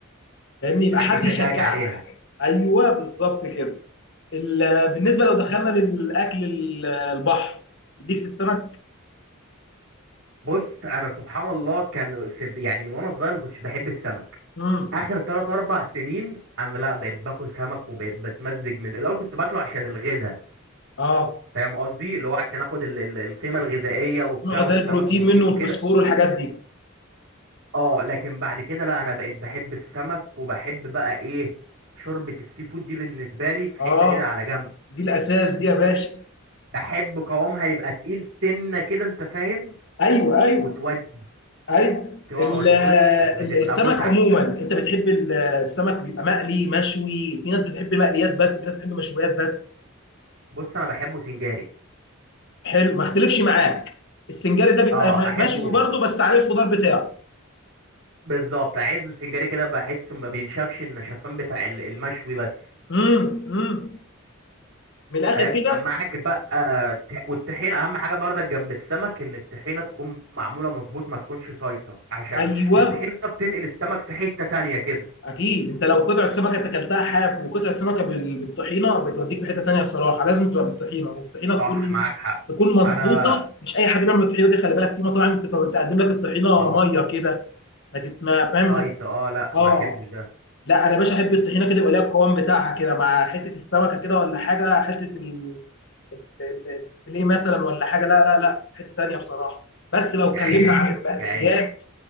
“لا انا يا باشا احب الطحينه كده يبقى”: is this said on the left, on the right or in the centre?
Left